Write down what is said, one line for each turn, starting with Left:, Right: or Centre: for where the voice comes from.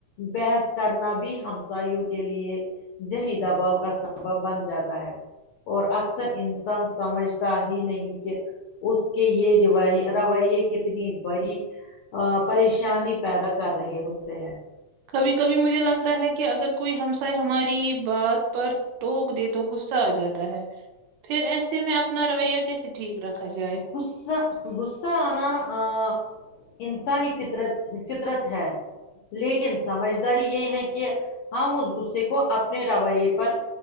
Left: بحث کرنا بھی ہمسایوں کے لیے ذہنی دباؤ کا سبب بن جاتا ہے اور اکثر انسان سمجھتا ہی نہیں کہ اس کے یہ ر رویے کتنی بڑی ا پریشانی پیدا کر رہے ہوتے ہیں
Right: کبھی کبھی مجھے لگتا ہے کہ اگر کوئی ہمسائے ہماری بات پر ٹوک دے تو غصہ آ جاتا ہے پھر ایسے میں اپنا رویہ کیسے ٹھیک رکھا جائے
Left: غصہ غصہ آناا آ انسانی فطرت فطرت ہے لیکن سمجھداری یہ ہے کہ ہم اس غصے کو اپنے رویے پر